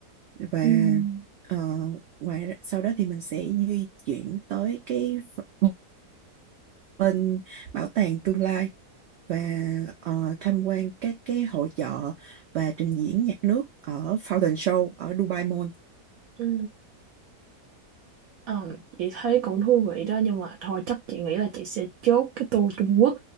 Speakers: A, on the right; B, on the right.
A: và
B: Ừm.
A: ờ, ngoài ra- sau đó thì mình sẽ di chuyển tới cái ph- bên bảo tàng tương lai và ờ, tham quan các cái hội chợ và trình diễn nhạc nước ở Fountain Show ở Dubai Mall.
B: Ừ. Ờ, chị thấy cũng thú vị đó nhưng mà thôi chắc chị nghĩ là chị sẽ chốt cái tour Trung Quốc